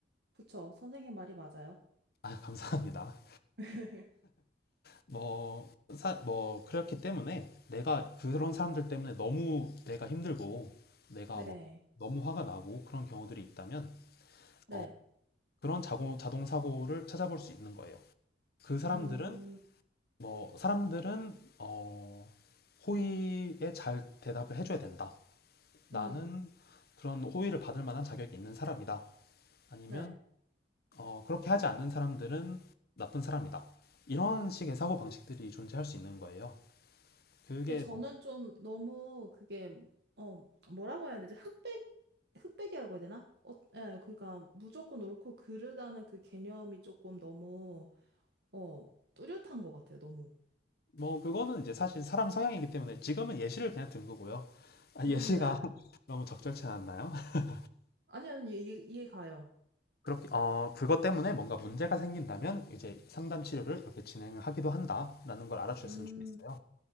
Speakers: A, on the right; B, on the left.
A: 그쵸. 선생님 말이 맞아요.
B: 아, 감사합니다.
A: <laughs>
B: 뭐, 사, 뭐, 그렇기 때문에 내가 그런 사람들 때문에 너무 내가 힘들고 내가
A: 네,
B: 막 너무 화가 나고 그런 경우들이 있다면
A: 네,
B: 어, 그런 자고, 자동 사고를 찾아볼 수 있는 거예요. 그 사람들은
A: 음,
B: 뭐, 사람들은 어, 호의에 잘 대답을 해줘야 된다. 나는
A: 음,
B: 그런 호의를 받을 만한 자격이 있는 사람이다. 아니면
A: 네.
B: 어, 그렇게 하지 않는 사람들은 나쁜 사람이다. 이런 식의 사고 방식들이 존재할 수 있는 거예요. 그게
A: 그 저는 좀 너무 그게 어 뭐라고 해야 되지? 흑백 흑백이라고 해야 되나? 어, 예, 그러니까 무조건 옳고 그르다는 그 개념이 조금 너무 어, 뚜렷한 것 같아요, 너무.
B: 뭐 그거는 이제 사실 사람 성향이기 때문에 지금은 예시를 그냥 든 거고요. 아, 예시가
A: 음, 네네.
B: <laughs> 너무 적절치 않았나요? <laughs>
A: 아니요, 이 이해 이해 가요.
B: 그렇게 어 그것 때문에 뭔가 문제가 생긴다면 이제 상담 치료를 이렇게 진행하기도 한다라는 걸 알아주셨으면
A: 음,
B: 좋겠어요.